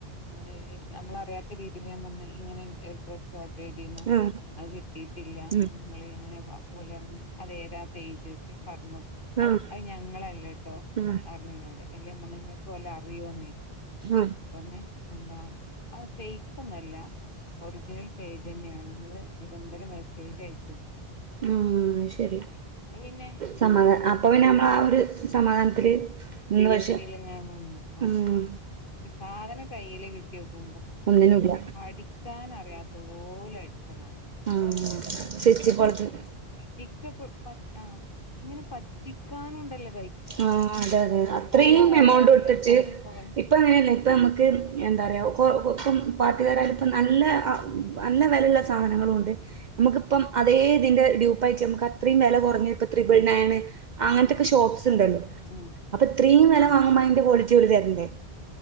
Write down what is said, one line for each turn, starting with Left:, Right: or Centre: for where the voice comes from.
Left: ഇങ്ങനെ ഒര് നമ്മളറിയാത്ത രീതിയിൽ വന്ന ഇങ്ങനെ ഒരു <unintelligible>
Right: ആഹ്
Left: അത് കിട്ടിയിട്ടില്ല
Right: ഉം
Left: നിങ്ങളെങ്ങനെ <unintelligible> അതുപോലെ തന്നെ അതേതാ പേജ് പറഞ്ഞോ
Right: ആഹ്
Left: അത് ഞാ നിങ്ങളല്ലട്ടോ
Right: ആഹ്
Left: അറിണിനോട് അല്ലേമ്മ നിങ്ങക്ക് വല്ലോം അറിയുമോ
Right: ആഹ്
Left: അപ്പപ്പറഞ്ഞ് എന്താ അത് ഫേക്ക് ഒന്നല്ല ഒറിജിനൽ പേജ് തന്നെയാണ് നിങ്ങള് നിരന്തരം മെസ്സേജ് അയക്കും
Right: ഉം ശരി
Left: പിന്നെ
Right: സമാധാന
Left: ഉം
Right: അപ്പൊ പിന്നെ ആ ഒരു സമാധാനത്തില് നിന്ന് പക്ഷെ
Left: ണ്ടീൽ ഞാൻ വന്നു. ആഹ്.
Right: ഉം
Left: സാധനം കയ്യില് കിട്ടിയോ <unintelligible>
Right: ഒന്നിനുല്ല
Left: അടി ക്കാൻ അറിയാത്തപോല അടിച്ച മതി
Right: <unintelligible>
Left: റ്റിക്ക പ ആ ഇങ്ങനെ പറ്റിക്കാനും ഉണ്ടല്ല
Right: ആഹ് അതെ അതെ അത്രയും
Left: ഓൽക്കറിയാ
Right: എമൗണ്ട്
Left: ഓല്
Right: കൊടുത്തിട്ട്
Left: അത്രയും കോൺ
Right: ഇപ്പ എങ്ങനെയല്ല ഇപ്പ നമുക്ക്
Left: ആ
Right: എന്താ പറയാ ഒപ്പം പാട്ടു കാരായാലും ഇപ്പ നല്ല നല്ല വിലയുള്ള സാധനങ്ങളും ഉണ്ട് നമുക്കിപ്പം അതേ ഇതിന്റെ ഡ്യൂപ്പായിട്ട് നമുക്ക് അത്രയും വില കുറഞ്ഞ ഇപ്പൊ ത്രിബിൾ നയണ്
Left: കിട്ടും
Right: അങ്ങനുത്തൊക്കെ
Left: ആ
Right: ഷോപ്സ് ട്ടുണ്ടല്ലോ
Left: ആ
Right: അപ്പൊ ഇത്രയും വില വാങ്ങുമ്പോൾ
Left: ആ
Right: അതിന്റെ ക്വാളിറ്റി ഇവര് തരണ്ടേ